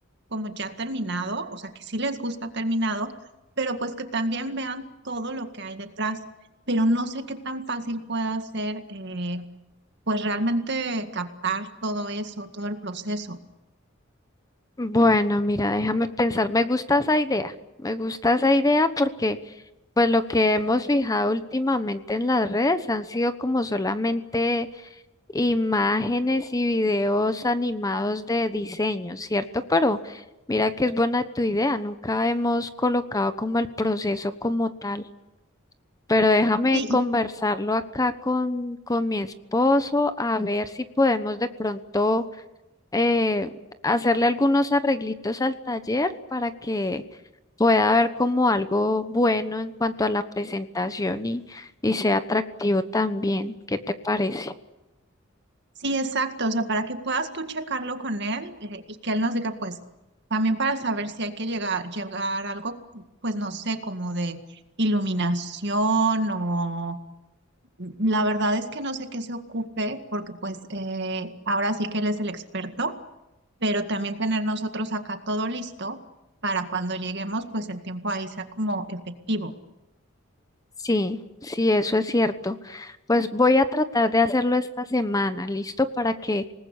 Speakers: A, on the right; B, on the left.
A: como ya terminado, o sea, que sí les gusta terminado, pero pues que también vean todo lo que hay detrás. Pero no sé qué tan fácil pueda ser, eh, pues realmente captar todo eso, todo el proceso.
B: Bueno, mira, déjame pensar, me gusta esa idea, me gusta esa idea porque pues lo que hemos fijado últimamente en las redes han sido como solamente imágenes y videos animados de diseño, ¿cierto? Pero mira que es buena tu idea, nunca hemos colocado como el proceso como tal. Pero déjame
A: Sí,
B: conversarlo acá con, con mi esposo a ver si podemos de pronto eh, hacerle algunos arreglitos al taller para que pueda haber como algo bueno en cuanto a la presentación y, y sea atractivo también. ¿Qué te parece?
A: Sí, exacto, o sea, para que puedas tú checarlo con él eh, y que él nos diga, pues, también para saber si hay que llegar, llegar a algo, pues, no sé, como de iluminación o mm, la verdad es que no sé qué se ocupe, porque pues eh, ahora sí que él es el experto, pero también tener nosotros acá todo listo para cuando lleguemos, pues el tiempo ahí sea como efectivo.
B: Sí, sí, eso es cierto. Pues voy a tratar de hacerlo esta semana, ¿listo? Para que